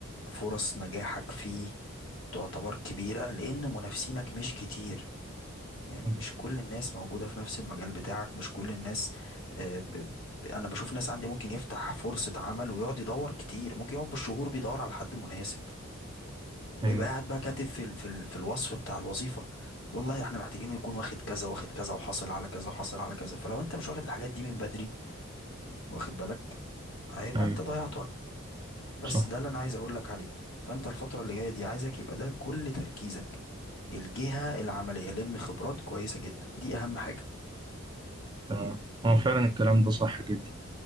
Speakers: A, on the left (about 65°); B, on the right (about 20°).
A: فرص نجاحك فيه تعتبر كبيرة لأن منافسينك مش كتير يعني
B: أمم.
A: مش كل الناس موجودة في نفس المجال بتاعك مش كل الناس آه، ب... أنا بشوف ناس عندي ممكن يفتح فرصة عمل ويقعد يدور كتير ممكن يقعد بالشهور بيدور على حد مناسب ويبقى
B: أيوه
A: قاعد بقى كاتب في ال... في ال... في الوصف بتاع الوظيفة والله احنا محتاجينه يكون واخد كذا واخد كذا وحاصل على كذا وحاصل على كذا فلو انت مش واخد الحاجات دي من بدري واخد بالك هيبقى
B: أيوه
A: انت ضيعت وقت بس
B: صح
A: ده اللي انا عايز اقول لك عليه فانت الفتره اللي جايه دي عايزك يبقى ده كل تركيزك الجهه العمليه لم خبرات كويسه جدا دي اهم حاجه
B: تمام هو فعلا الكلام ده صح جدا